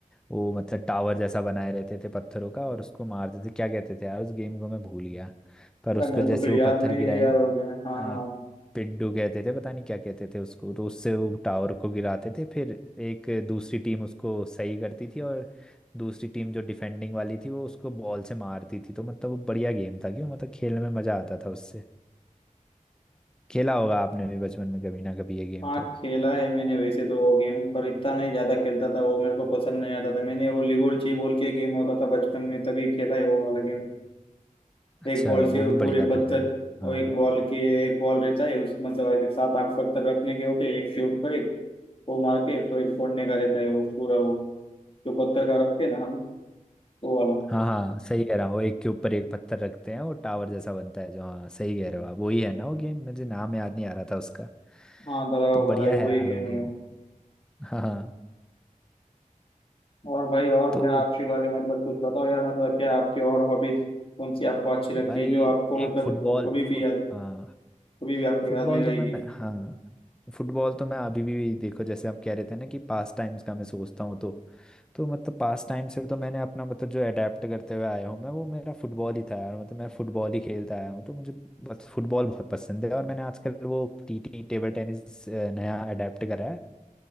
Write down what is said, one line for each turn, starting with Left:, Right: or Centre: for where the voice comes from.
Centre: वो मतलब टावर जैसा बनाए रहते थे पत्थरों का और उसको मारते थे क्या कहते थे यार उस गेम को मैं भूल गया पर
Left: यार
Centre: उसको
Left: मेरे
Centre: जैसे
Left: को तो याद
Centre: वो पत्थर
Left: नहीं
Centre: गिराएंगे
Left: है यार हो गया हाँ
Centre: आ,
Left: हाँ हाँ
Centre: पिड्डू कहते थे पता नहीं क्या कहते थे उसको तो उससे वो टावर को गिराते थे फिर एक दूसरी टीम उसको सही करती थी और दूसरी टीम जो डिफेंडिंग वाली थी वो उसको बॉल से मारती थी तो मतलब वो बढ़िया गेम था क्यों मतलब खेलने में मजा आता था उससे खेला होगा आपने भी बचपन में कभी ना कभी ये गेम
Left: हाँ,
Centre: तो
Left: खेला है मैंने वैसे तो वो गेम पर इतना नहीं ज्यादा खेलता था वो मेरे को पसंद नहीं आता था मैंने वो लिगोर्ची बोल के गेम होता था बचपन में तभी खेला है वो वाला गेम
Centre: अच्छा
Left: एक बॉल से
Centre: वो
Left: वो
Centre: भी बढ़िया
Left: पूरे
Centre: था
Left: पत्थर
Centre: यार हाँ
Left: और एक बॉल के एक बॉल रहता है उस मतलब ऐसे सात आठ पत्थर रखने के होते हैं एक से ऊपर एक वो मार के तो एक फोड़ने का रहता है वो पूरा वो जो पत्थर का रखते हैं ना हम वो वाला
Centre: हाँ हाँ सही कह रहा हूँ वो एक के ऊपर एक पत्थर रखते हैं वो टावर जैसा बनता है जो हाँ सही कह रहे हो आप वही है ना वो गेम मुझे नाम याद नहीं आ रहा था उसका
Left: हाँ बराबर
Centre: तो बढ़िया
Left: बराबर वही
Centre: है यार
Left: गेम
Centre: वो गेम
Left: है वो
Centre: हाँ हाँ
Left: और भाई और
Centre: तो
Left: क्या आपके बारे में मतलब कुछ बताओ यार मतलब क्या आपकी और हॉबीज कौन सी आपको अच्छी लगती
Centre: भाई
Left: है जो आपको मतलब
Centre: एक फुटबॉल
Left: वो कभी भी
Centre: फुट
Left: याद
Centre: हाँ
Left: कभी भी आपको याद
Centre: फुटबॉल
Left: में रहेगी
Centre: तो मैं मैं हाँ फुटबॉल तो मैं अभी भी देखो जैसे आप कह रहे थे ना कि पास टाइम्स का मैं सोचता हूँ तो तो मतलब पास टाइम से तो मैंने अपना मतलब जो अडेप्ट करते हुए आया हूँ मैं वो मेरा फुटबॉल ही था यार मतलब मैं फुटबॉल ही खेलता आया हूँ तो मुझे बस फुटबॉल बहुत पसंद है और मैंने आजकल वो टीटी टेबल टेनिस अ, नया अडेप्ट करा है